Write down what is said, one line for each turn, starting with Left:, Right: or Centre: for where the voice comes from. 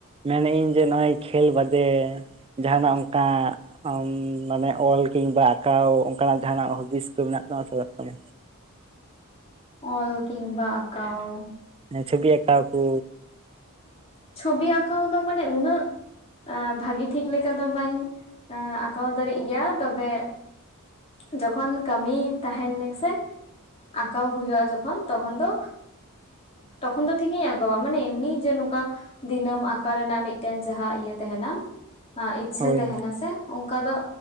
Right: ᱢᱮᱱᱮᱫ ᱤᱧ ᱡᱮ ᱱᱚᱜᱼᱚᱭ ᱠᱷᱮᱞ ᱵᱟᱫᱮ ᱡᱟᱦᱟᱱᱟᱜ ᱚᱱᱠᱟ ᱟᱢ ᱢᱟᱱᱮ ᱚᱞ ᱠᱤᱝᱵᱟ ᱟᱸᱠᱟᱣ ᱚᱱᱠᱟᱱᱟᱜ ᱡᱟᱦᱟᱱᱟᱜ ᱦᱚᱵᱤᱥ ᱠᱚ ᱢᱮᱱᱟᱜ ᱛᱟᱢᱟ ᱪᱟᱞᱟᱜ ᱛᱟᱢᱟ?
Left: ᱚᱞ ᱠᱤᱢᱵᱟ ᱟᱸᱠᱟᱣ
Right: ᱪᱷᱚᱵᱤ ᱟᱸᱠᱟᱣ ᱠᱩ
Left: ᱪᱷᱚᱵᱤ ᱟᱸᱠᱟᱣ ᱫᱚ ᱢᱟᱱᱮ ᱩᱱᱟᱹᱜ ᱮᱸ ᱵᱷᱟᱜᱤ ᱴᱷᱤᱠ ᱞᱮᱠᱟ ᱫᱚ ᱵᱟᱹᱧ ᱟᱸᱠᱟᱣ ᱫᱟᱲᱮᱜ ᱜᱮᱭᱟ ᱛᱚᱵᱮ ᱡᱚᱠᱷᱚᱱ ᱠᱟᱹᱢᱤ ᱛᱟᱦᱮᱱᱤᱧ ᱥᱮ ᱟᱸᱠᱟᱣ ᱦᱩᱭᱩᱜᱼᱟ ᱡᱚᱠᱷᱚᱱ ᱛᱚᱠᱷᱚᱱ ᱫᱚ ᱛᱚᱠᱷᱚᱱ ᱫᱚ ᱴᱷᱤᱠᱤᱧ ᱟᱸᱠᱟᱣᱟ ᱢᱟᱱᱮ ᱮᱢᱱᱤ ᱡᱮ ᱱᱚᱝᱠᱟ ᱫᱤᱱᱟᱹᱢ ᱟᱠᱟᱸᱠᱟᱣ ᱨᱮᱱᱟᱜ ᱢᱤᱫᱴᱮᱱ ᱡᱟᱦᱟᱸ ᱤᱭᱟᱹ ᱛᱟᱦᱮᱱᱟ᱾ ᱤᱪᱪᱷᱟᱹ
Right: ᱦᱳᱭ
Left: ᱛᱟᱦᱮᱟᱸᱱᱟᱥᱮ ᱚᱱᱠᱟ ᱫᱚ